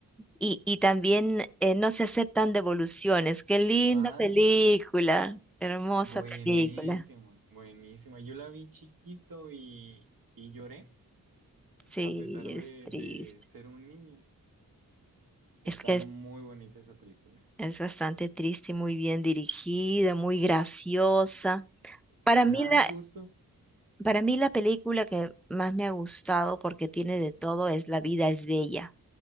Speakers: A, in the centre; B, on the right.
A: Y, y también eh, No se aceptan devoluciones. Qué linda
B: Ah,
A: película. Hermosa
B: buenísima,
A: película.
B: buenísima. Yo la vi chiquito y, y lloré
A: Sí,
B: a pesar
A: es
B: de,
A: triste.
B: de ser un niño.
A: Es
B: Está
A: que es,
B: muy bonita esa película.
A: es bastante triste y muy bien dirigida, muy graciosa. Para
B: Ajá,
A: mí la,
B: justo.
A: para mí la película que más me ha gustado porque tiene de todo es La vida es bella.